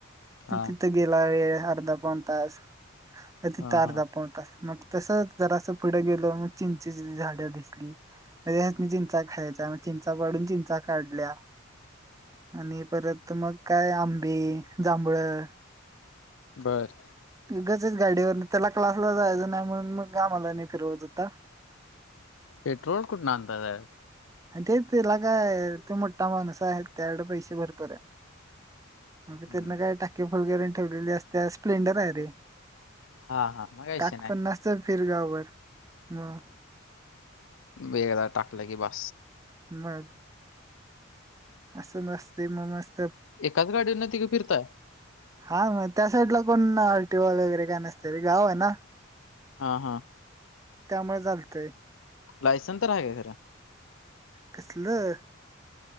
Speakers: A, on the left; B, on the right.
A: हा
B: तिथं गेला वेळ अर्धा पऊन तास. अ तिथे
A: हा
B: अर्धा
A: हा
B: पाऊण तास म तसं जरा असं पुढे गेल मग चिंचेची झाड दिसली म्हणजे ह्यात चिंचा खायचा. चिंचा पाडून चिंचा काढल्या आणि परत मग अंबी जांभळं
A: बरं.
B: गचच गाडीवर त्यांला क्लांसला जायचं नाहीं म्हणून मंग गमांला नाहीं फिरवत होतां.
A: पेट्रोल कोठंण आणतांत यार.
B: आणि तेचं त्यांला कायं तो मोठां माणूंस आहे त्यांच्या कडे पैसे भरंपूर आहेत. अगं
A: हम्म
B: त्यांनां कायं टाके फुलगैरे ठेवलेली असतें स्प्लेंडर आहे रे.
A: हा हा मग काय विषय
B: टांक
A: नाही
B: पणांसच फिरगांव भर मंग
A: वेगळा टाकलं की बां
B: मंग. असनसते म मस
A: एकांच गाडीवरन तिघं फिरता.
B: हा मंग त्यां साईड लां पणं रिती रिवाज वगैरे कायं नसतं रिती रिवाज ते गावं आहे नां.
A: हा हा
B: त्यामुळे चालतंय
A: लायसन्स तरं आहे कां जरा
B: कसलं?